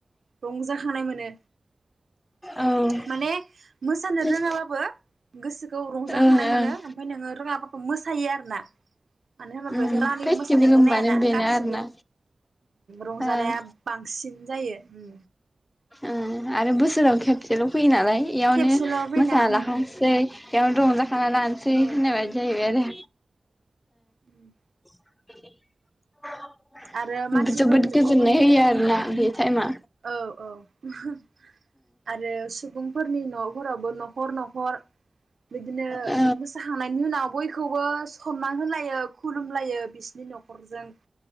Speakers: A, on the right; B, on the left.
A: रंजाखांनाय मोनो।
B: औ
A: माने मोसानो
B: औ
A: रोङाबाबो गोसोखौ रंजाखांनाय
B: ओं ओं
A: मोनो। ओमफ्राय नोङो रोङाबा मोसायो आरो ना। मानो होनबा
B: उम
A: बेथ' रावनि
B: फेस्टिभेल
A: मोसानायखौ
B: होनबानो
A: नायाना
B: बेनो
A: गासिबो
B: आरोना
A: रंजानाया
B: ओं
A: बांसिन जायो उम।
B: ओं। आरो बोसोराव खेबसेल फैयो नालाय इयावनो
A: खेबसेल' फैना
B: मोसानालाखानोसै।
A: उम
B: बेयावनो रंजाखाना लानोसै।
A: औ उम
B: होननाय बायदि जायो आरो।
A: उम।
B: <inaudible>
A: आरो मानसिफोरनो
B: बे जोबोद गोजोननाय
A: गुबुन
B: होयो आरोना बे टाइमा
A: औ- औ। <unintelligible> आरो सुबुं फोरनि नफोरावबो नखर-नखर बिदिनो
B: औ
A: मोसाखांनायनि उनाव बयखौबो सनमान होलायो। खुलुमलायो बिसिनि नखरजों।